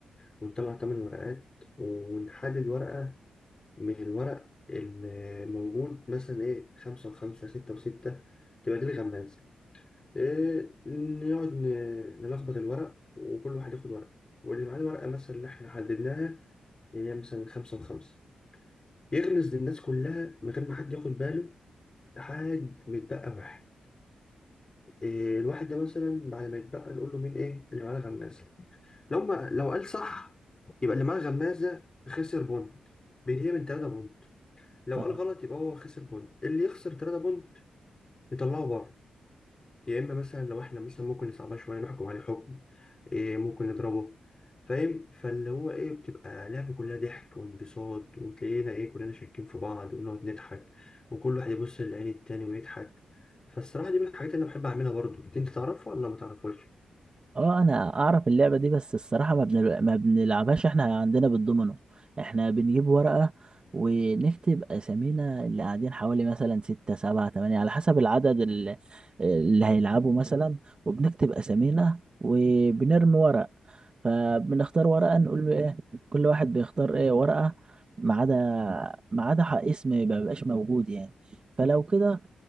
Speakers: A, on the left; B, on the right.
A: ونطلع تمن ورقات ونحدد ورقة من الورق الموجود مثلا ايه خمسة وخمسة ستة وستة تبقى دي الغمازة إيه نقعد ن- نلخبط الورق وكل واحد ياخد ورق واللي معاه الورقة مثلا اللي احنا حددناها هي مثلا خمسة وخمسة يغمز للناس كلها من غير ما حد ياخد باله لحد ما يتبقى واحد إيه الواحد ده مثلا بعد ما يتبقى نقول له مين ايه اللي معاه الغمازة لو ما لو قال صح يبقى اللي معاه الغمازة خسر بوند بيتهيأ من تلاتة بوند لو
B: آه.
A: قال غلط يبقى هو خسر بونت اللي يخسر 3 بونت يطلعه بره يا اما مثلا لو احنا مثلا ممكن نصعبها شويه نحكم عليه حكم إيه ممكن نضربه فاهم فاللي هو ايه بتبقى لعبة كلها ضحك وانبساط وتلاقينا ايه كلنا شاكين في بعض ونقعد نضحك وكل واحد يبص لعين التاني ويضحك فالصراحة دي من الحاجات اللي انا بحب اعملها برضو انت تعرفها ولا ما تعرفوش؟
B: اه انا اعرف اللعبه دي بس الصراحه ما بنل... ما بنلعبهاش احنا عندنا بالدومينو احنا بنجيب ورقه ونكتب اسامينا اللي قاعدين حوالي مثلا ستة سبعة تمانية على حسب العدد اللي, اللي هيلعبوا مثلا وبنكتب اسامينا وبنرمي ورق فبنختار ورقه نقول له ايه كل واحد بيختار ايه ورقه ما عدا ما عدا ح- اسم ما بيبقاش موجود يعني فلو كده